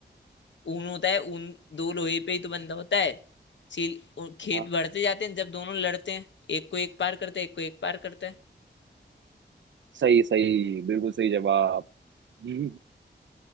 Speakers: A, on the left; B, on the right.
A: ऊन होता है ऊन दो लोहे पे ही तो बंधा होता है सील उ- खेत
B: हाँ
A: बढ़ते जाते हैं जब दोनों लड़ते हैं एक को एक पार करता है एक को एक पार करता है
B: सही सही बिल्कुल सही जवाब <laughs>